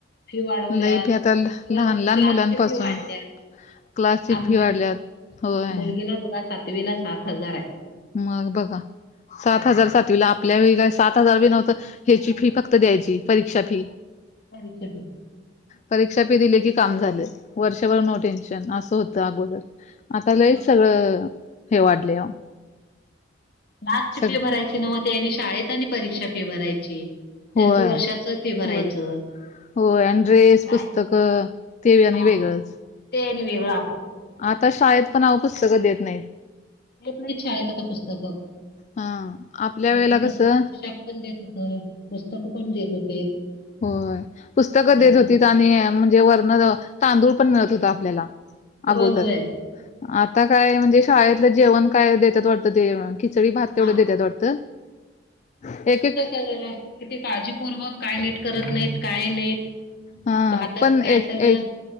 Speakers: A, on the left (about 55°); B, on the left (about 40°).
A: फी वाढवल्यात
B: लय फी आता लहान
A: परत
B: लहान
A: क्लासची
B: मुलांपासून
A: फी वाढल्यात.
B: क्लासची
A: आमच्या
B: फी वाढल्यात होय
A: मुलगीला बघा सातवीला सात हजार आहे.
B: मग बघा सात
A: बघा
B: हजार सात तुला आपल्या वळी सात हजार बी नव्हतं ह्याची फी फक्त द्यायची परीक्षा फी
A: परीक्षक
B: परीक्षा पे दिले की काम झाले वर्षभर नो टेन्शन असं होतं अगोदर आता
A: ते
B: लयच सगळं हे वाढले
A: लास्ट
B: सग
A: फी भरायची न म तेनी शाळेत आणि परीक्षा फी भरायची त्यांचं
B: होय
A: वर्षाच फी भरायचं
B: बर हो अड्रेस
A: काय
B: पुस्तक अ ते आणि
A: हा
B: वेगळंच
A: ते आणि वेगळ
B: आता शाळेत पण आओ पुस्तकं देत नाहीत
A: देत नाहीत शाळेत आता पुस्तकं
B: हा आपल्या
A: पहिला
B: वेळेला कसं
A: पोशाख पण <unintelligible> होत पुस्तकं पण देत होते
B: होय पुस्तकं देत
A: आता
B: होतीत आणि म्हणजे वर्ण तांदूळ पण मिळत होत आपल्याला
A: होय
B: अगोदर
A: होय
B: आता काय म्हणजे शाळेतलं जेवण काय देतात वाटतं ते खिचडी भात तेवढं
A: हा
B: देत्यात वाडत एक एक
A: ह किती काळजीपूर्वक काय नीट करत नाहीत काय नाहीत
B: हा
A: भातात
B: पण
A: काय
B: एक
A: तर
B: एक